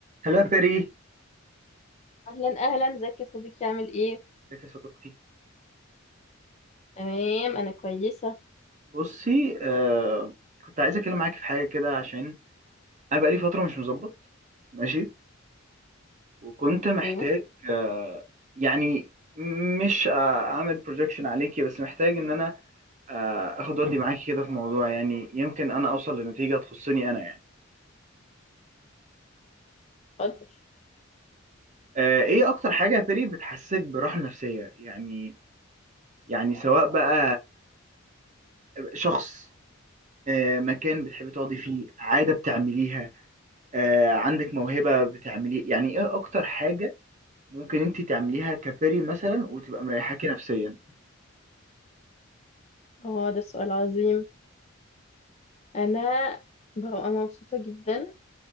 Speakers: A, on the right; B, on the left.
A: هلا فري
B: اهلا اهلا ازيك يا صديقي عامل ايه
A: ازيك يا صديقتي
B: تمام انا كويسه
A: بصي آه كنت عايز اتكلم معاكي في حاجه كده عشان انا بقالي فتره مش مظبط ماشي وكنت
B: اوكي
A: محتاج آه يعني مش آه اعمل بروجكشن عليكي بس محتاج ان انا آه اخد ودي معاكي كده في موضوع يعني يمكن انا اوصل لنتيجه تخصني انا يعني
B: اتفضل
A: آه ايه اكتر حاجه يا فري بتحسسك براحه نفسيه يعني يعني سواء بقى آه، شخص آه، مكان بتحبي تقعدي فيه عادة بتعمليها آه، عندك موهبة بتعملي يعني ايه اكتر حاجة ممكن انت تعمليها كفري مثلا وتبقى مريحاكي نفسيا
B: اه ده سؤال عظيم انا ببقى مبسوطه جدا